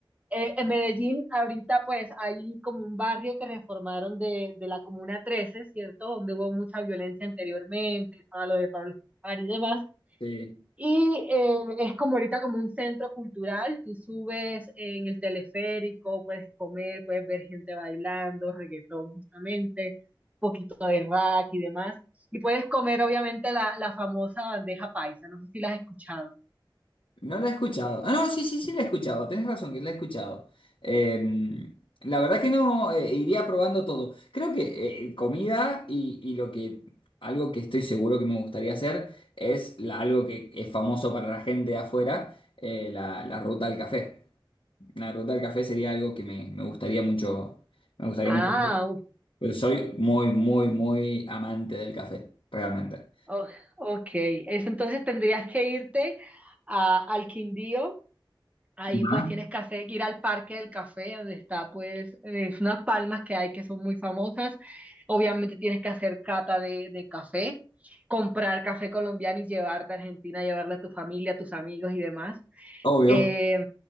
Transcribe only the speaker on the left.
sí.
No la he escuchado. Ah, no, sí, sí, sí la he escuchado. Tienes razón que la he escuchado. Eh, la verdad que no eh, iría probando todo. Creo que eh, comida y, y lo que algo que estoy seguro que me gustaría hacer es la- algo que es famoso para la gente de afuera, eh, la, la ruta al café. La ruta al café sería algo que me, me gustaría mucho, me gustaría
mucho hacer. Pero soy muy, muy, muy amante del café, realmente.
Ajá.
Obvio.